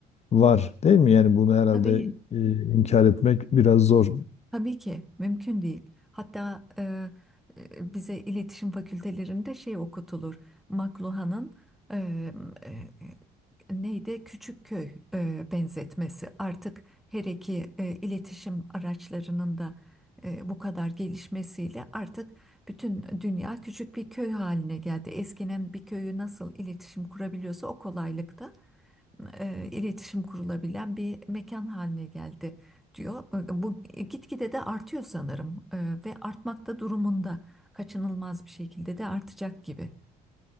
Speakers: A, on the left; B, in the centre.
A: var değil mi? Yani bunu herhalde
B: tabii,
A: e, inkar etmek biraz zor.
B: tabii ki mümkün değil. Hatta e, e, bize iletişim fakültelerinde şey okutulur. McLuhan'ın e, e, neydi? Küçük köy e, benzetmesi. Artık her iki e, iletişim araçlarının da e, bu kadar gelişmesiyle artık bütün dünya küçük bir köy haline geldi. Eskinin bir köyü nasıl iletişim kurabiliyorsa o kolaylıkta e, iletişim kurulabilen bir mekan haline geldi diyor. E, Bu e, gitgide de artıyor sanırım E, ve artmakta durumunda kaçınılmaz bir şekilde de artacak gibi.